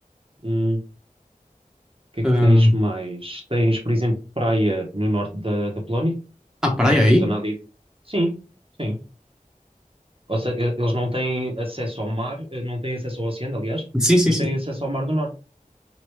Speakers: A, on the right; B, in the centre.
A: Hum, o que é
B: Ah,
A: que tens mais? Tens, por exemplo, praia no norte da, da Polónia,
B: há praia
A: Ah,
B: aí?
A: a zona ali. Sim, sim. Ou seja, e- eles não têm acesso ao mar, eh, não têm acesso ao oceano, aliás,
B: Sim, sim,
A: mas
B: sim.
A: têm acesso ao mar do norte.